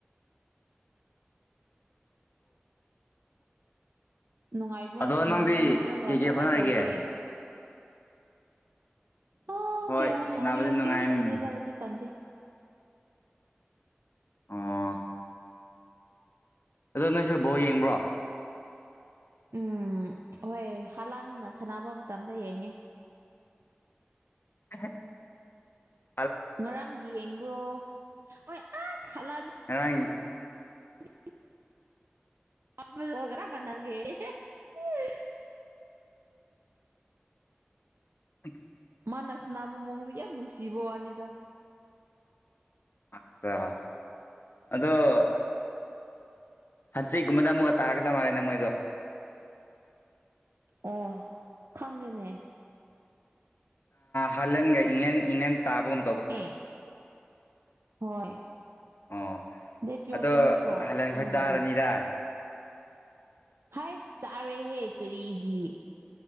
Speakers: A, on the right (about 85°); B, on the left (about 60°).
A: ꯅꯨꯡꯉꯥꯏꯕ꯭ꯔꯣ
B: ꯑꯗꯣ
A: ꯁꯅꯥꯕꯗꯣ
B: ꯅꯪꯗꯤ
A: ꯅꯠꯇ꯭ꯔꯒ
B: ꯀꯩ
A: ꯀꯔꯝꯃꯥꯏꯅ
B: ꯀꯩ ꯍꯣꯠꯅꯔꯤꯒꯦ
A: ꯇꯧꯒꯦ ꯑ
B: ꯍꯣꯏ
A: ꯀꯩ ꯍꯣꯅꯒꯦꯔꯣ
B: ꯁꯥꯟꯅꯕꯗꯤ ꯅꯨꯡꯉꯥꯏ
A: ꯀꯩꯝ
B: ꯎꯝ
A: ꯇꯧꯗꯦꯗ ꯍꯧꯖꯤꯛ ꯀꯥꯟꯗꯦ
B: ꯑꯥ ꯑꯗꯣ ꯅꯣꯏꯁꯨ ꯕꯥꯎ ꯌꯦꯡꯕ꯭ꯔꯣ
A: ꯎꯝ ꯍꯣꯏ ꯍꯥꯟꯂꯥꯟꯅ ꯁꯥꯟꯅꯕ ꯃꯇꯝꯗ ꯌꯦꯡꯉꯦ
B: ꯑ <unintelligible>
A: ꯉꯔꯥꯡ ꯌꯦꯡꯕ꯭ꯔꯣ ꯍꯣꯏ ꯑꯁ ꯍꯥꯜꯂꯅꯤ
B: ꯉꯔꯥꯡꯒꯤ
A: <unintelligible> ꯃꯄ ꯍꯃ ꯅꯒ <unintelligible>
B: ꯑ <unintelligible>
A: ꯃꯥꯅꯁ ꯅꯥꯕ ꯃꯑꯣꯡꯗ ꯌꯥꯝ ꯅꯨꯡꯁꯤꯕ ꯋꯥꯅꯤꯗ
B: ꯑꯆꯥ ꯑꯗꯣ ꯍꯟꯆꯤꯒꯨꯝꯕꯗ ꯑꯃꯨꯛ ꯇꯥꯔꯛꯀꯗ ꯃꯥꯜꯂꯦꯅꯦ ꯃꯣꯏꯗꯣ
A: ꯑꯣ ꯈꯪꯗꯦꯅꯦ
B: ꯍꯜꯂꯦꯟꯒ ꯏꯪꯂꯦꯟ ꯏꯪꯂꯦꯟ ꯇꯥꯕꯒ
A: ꯑꯣꯀꯦ ꯍꯣꯏ
B: ꯑꯣ
A: ꯗꯦꯠ ꯇꯨꯦꯜꯐꯇ
B: ꯑꯗꯣ
A: ꯅꯠꯇ꯭ꯔꯣ
B: ꯍꯜꯂꯟ ꯈꯣꯏ
A: ꯃꯣꯏꯒꯤꯗꯣ
B: ꯆꯥꯔꯅꯤꯗ
A: ꯍꯥꯏ ꯆꯥꯔꯣꯏꯍꯦ ꯀꯔꯤꯒꯤ